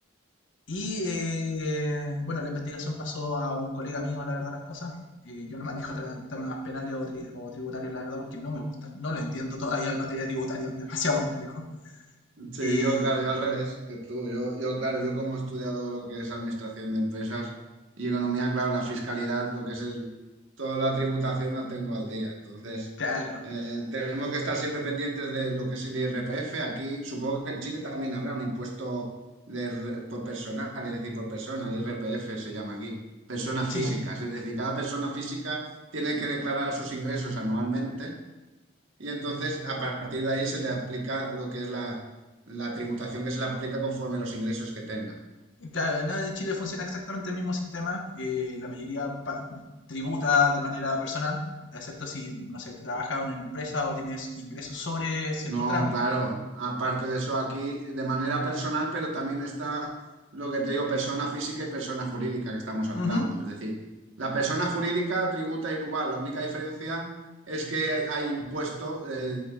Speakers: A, on the left; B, on the right.
A: Y eh, bueno, la investigación pasó a un colega mío, la verdad, las cosas. Eh, yo no manejo temas penales o, tri- o tributarios, la verdad, porque no me gusta. No lo entiendo todavía en materia tributaria, <laughs> es demasiado complejo.
B: Sí,
A: Eh,
B: yo, claro, yo al revés que tú. Yo, yo, claro, yo como he estudiado lo que es administración de empresas y economía, claro, la fiscalidad, lo que es el- toda la tributación la tengo al día. Entonces,
A: claro,
B: eh, tenemos que estar siempre pendientes de lo que es el IRPF. Aquí, supongo que en Chile también habrá un impuesto de, re- por personal, es decir, por persona, IRPF se llama aquí, personas
A: sí,
B: físicas. Es decir, cada persona física tiene que declarar sus ingresos anualmente y entonces, a partir de ahí, se le aplica lo que es la, la tributación que se le aplica conforme los ingresos que tenga.
A: Claro, ¿no? en Chile funciona exactamente el mismo sistema. eh, la mayoría pa- tributa de manera personal, excepto si, no sé, trabaja en una empresa o tienes ingresos sobre cierto
B: No,
A: tramo.
B: claro. Aparte de eso, aquí de manera personal, pero también está lo que te digo, persona física y persona jurídica que estamos hablando.
A: Ujú,
B: Es decir, la persona jurídica tributa igual. La única diferencia es que hay impuesto eh,